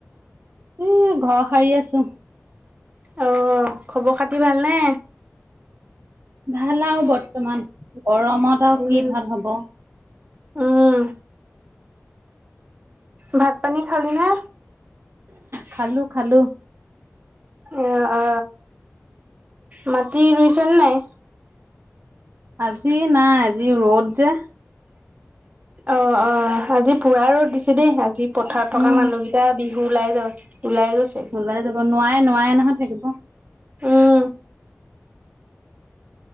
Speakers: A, on the right; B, on the right.
A: উ, ঘৰ সাৰি আছোঁ।
B: অ, খবৰ খাতি ভালনে?
A: ভাল আৰু বৰ্তমান, গৰমত আৰু
B: উম
A: কি ভাল হ'ব।
B: উম। ভাত- পানী খালি নে?
A: খালোঁ-খালোঁ।
B: অ- অ, মাটি ৰুইছনে নাই?
A: আজি নাই, আজি ৰ'দ যে।
B: অ- অ আজি পুৰা ৰ'দ দিছে দেই, আজি পথাৰত থকা
A: উম
B: মানুহ কেইটা বিহু ওলাই গৈছে, ওলাই গছে।
A: ওলাই যাব নোৱাৰে- নোৱাৰে নহয় থাকিব।
B: উম।